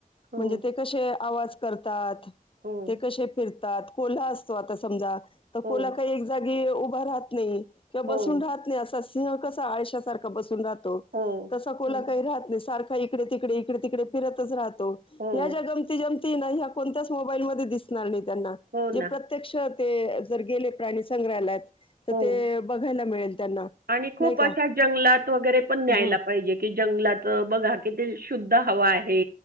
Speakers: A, on the right; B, on the left.
A: हो,
B: म्हणजे ते कसे आवाज करतात
A: हो,
B: ते कसे तात कोल्हा असतो आता समजा तर
A: हो,
B: कोल्हा काही एक जागी उभा राहत नाही किंवा
A: हो,
B: बसून राहत नाही असा सिंह कसा आळश्यासारखा बसून राहतो
A: हो,
B: तसा कोल्हा
A: हं.
B: काही राहत नाही सारखा इकडे तिकडे इकडे तिकडे फिरतच राहत या
A: हो,
B: गंमती जमतीने कुठल्याच मोबाईलमध्ये दिसणार नाही त्यांना
A: हो
B: जे
A: ना.
B: प्रे प्रत्यक्ष ते जर गेले प्राणी संग्रहालयात तर
A: हो
B: ते बघायला मिळेल त्यांना
A: आणि खूप
B: नाही
A: अशा
B: का
A: जंगलात वगैरे पण न्यायला
B: हां
A: पाहिजे कि जंगलात बघा कि ते शुद्ध हवा आहे